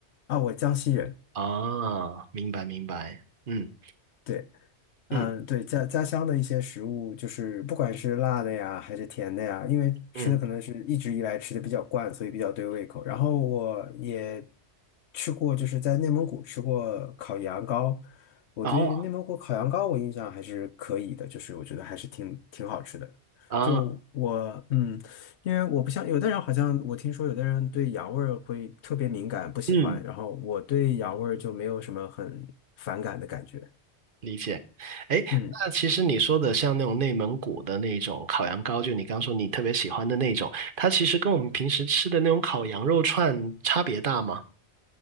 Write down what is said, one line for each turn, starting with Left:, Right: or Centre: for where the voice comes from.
Left: 啊，我江西人，
Right: 啊，明白明白，嗯
Left: 对。嗯，
Right: 嗯
Left: 对，家家乡的一些食物，就是不管是辣的呀，还是甜的呀，因为吃的可能是一直以来吃的比较惯，
Right: 嗯，
Left: 所以比较对胃口。然后我也吃过，就是在内蒙古吃过烤羊羔，我对内蒙古烤羊羔我印象还是可以的，
Right: 哦
Left: 就是我觉得还是挺挺好吃的。
Right: 啊，
Left: 就我嗯，因为我不像有的人，好像我听说有的人对羊味儿会特别敏感，不喜欢，
Right: 嗯。
Left: 然后我对羊味儿就没有什么很反感的感觉。
Right: 理解，哎，
Left: 嗯。
Right: 那其实你说的像那种内蒙古的那种烤羊羔，就你刚说你特别喜欢的那种，它其实跟我们平时吃的那种烤羊肉串差别大吗？